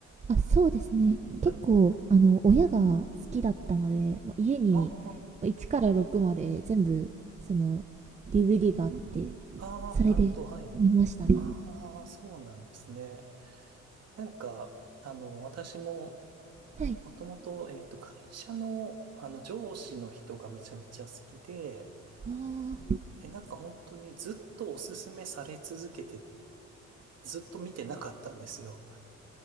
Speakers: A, on the right; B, on the right.
A: あそうですね結構あの親が好きだったのでまあ家に
B: はい。あ
A: 1から6まで全部その DVD があって
B: あ、
A: それで見ましたね
B: ああ、なるほど、はい。ああ、そうなんですね。なんか、あの、私も、
A: はい
B: もともと、えっと、会社の、あの、上司の人がめちゃめちゃ好きで、
A: ああ
B: で、なんか本当にずっとおすすめされ続けて、ずっと見てなかったんですよ。